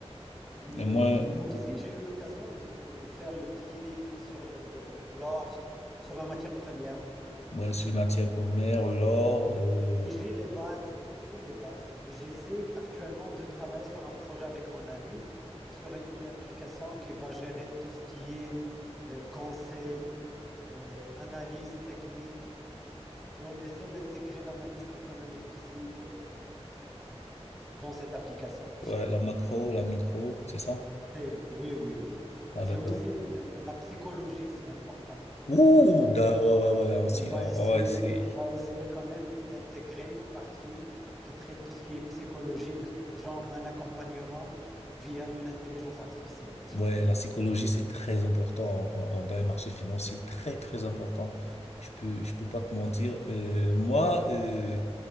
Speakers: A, in the centre; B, on the left.
A: Mais,
B: Et moi,
A: mais
B: bon,
A: aussi, j'ai eu l'occasion de, de faire le trading sur le- le- l'or, sur la matière première.
B: ouais, sur les matières premières, l'or, euh,
A: Et j'ai les bases, j'ai les bases. Et j'essaie actuellement de travailler sur un projet avec mon ami, sur une une application qui va gérer tout ce qui est euh, conseil, euh, analyse technique. Et on essaie d'intégrer l'analyse économique aussi euh, euh, euh, dans cette application.
B: ouais, la macro, la micro, c'est ça?
A: C'est- Oui, oui, oui.
B: Ah,
A: C'est
B: d'accord.
A: aussi la, la- la psychologie, c'est important.
B: Ouh, da- ouais, ouais, ouais, on s'y-
A: On va
B: ah,
A: essayer,
B: ouais, c'est,
A: on va essayer quand même d'intégrer une partie qui traite tout ce qui est psychologique, genre un accompagnement via une intelligence artificielle.
B: ouais, la psychologie, c'est très important en- en- dans les marchés financiers, très, très important. Je peux, je peux pas te mentir. Euh, moi, euh,